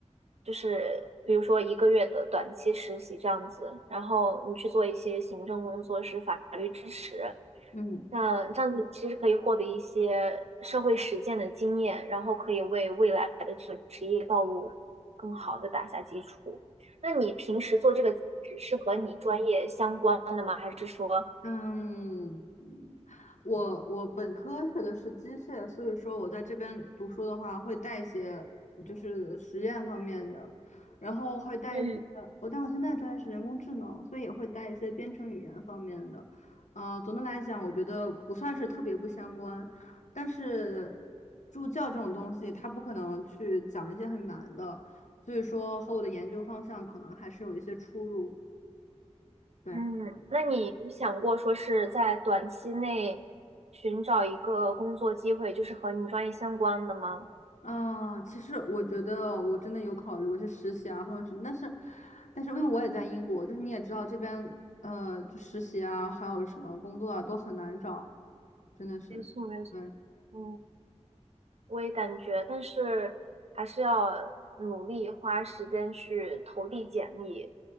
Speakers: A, on the right; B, on the left.
A: 就是比如说一个月的短期实习这样子，然后你去做一些行政工作是法律支持，
B: 嗯。
A: 那这样子其实可以获得一些社会实践的经验，然后可以为未来的这个职业道路更好的打下基础。那你平时做这个兼职是和你专业相关的吗？还是说，
B: 嗯，嗯我我本科学的是机械，所以说我在这边读书的话，会带一些就是实验方面的，然后会带一些，
A: 嗯。
B: 我但我现在专业是人工智能，所以也会带一些编程语言方面的。呃，总的来讲，我觉得不算是特别不相关，但是助教这种东西，它不可能去讲一些很难的，所以说和我的研究方向可能还是有一些出入。对。
A: 嗯，那你有想过说是在短期内寻找一个工作机会，就是和你专业相关的吗？
B: 嗯，其实我觉得我真的有考虑过去实习啊，或者什么，但是，但是因为我也在英国，就是你也知道这边，呃，就实习啊，还有什么工作啊，都很难找，真的是，
A: 没错，没错，
B: 对
A: 嗯，我也感觉，但是还是要努力花时间去投递简历，